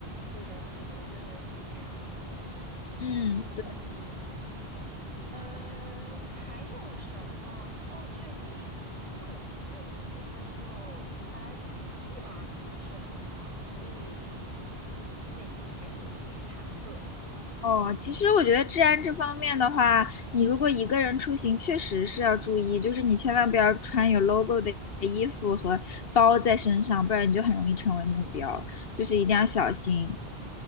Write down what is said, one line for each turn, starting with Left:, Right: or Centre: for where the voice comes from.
Right: 是的，是的，真的是这样的。
Left: 嗯，
Right: 嗯
Left: 对。
Right: 嗯，还有什么？哦，对，那边因为我一直有听说，就巴黎的治安不是很好，所以内心还是有一点忐忑的。
Left: 哦，其实我觉得治安这方面的话，你如果一个人出行，确实是要注意，就是你千万不要穿有 logo 的衣服和包在身上，不然你就很容易成为目标，就是一定要小心。